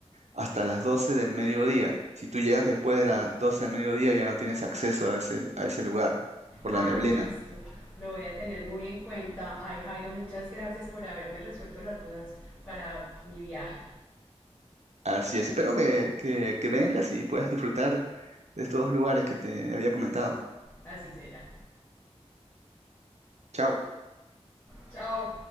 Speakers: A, on the right; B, on the left.
A: hasta las 12 del mediodía. Si tú llegas después de las 12 del mediodía, ya no tienes acceso a ese, a ese lugar por
B: Ah,
A: la neblina.
B: listo. Lo voy a tener muy en cuenta. Ay, Jairo, muchas gracias por haberme resuelto las dudas para mi viaje.
A: Así es, espero que, que, que vengas y puedas disfrutar de estos dos lugares que te había comentado.
B: Así será.
A: Chao.
B: Chao.